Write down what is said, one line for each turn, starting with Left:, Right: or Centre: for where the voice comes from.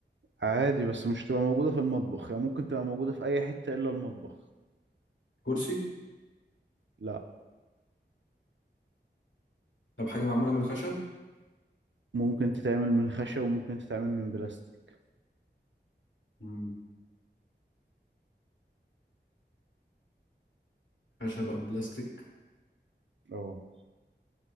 Right: عادي بس مش تبقى موجودة في المطبخ يعني ممكن تبقى موجودة في اي حتة الا المطبخ
Left: كرسي
Right: لا
Left: طب حاجة معمولة من الخشب
Right: ممكن تتعمل من خشب وممكن تتعمل من بلاستيك
Left: مم. خشب أو بلاستيك
Right: اه